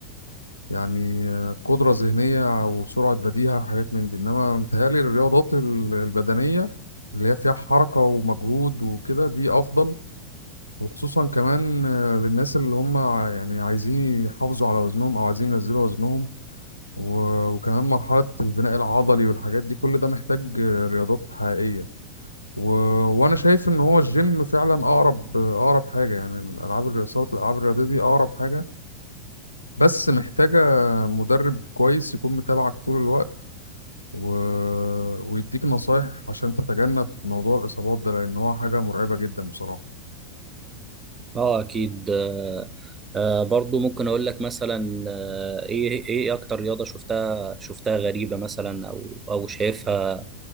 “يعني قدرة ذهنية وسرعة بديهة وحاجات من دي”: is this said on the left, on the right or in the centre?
Left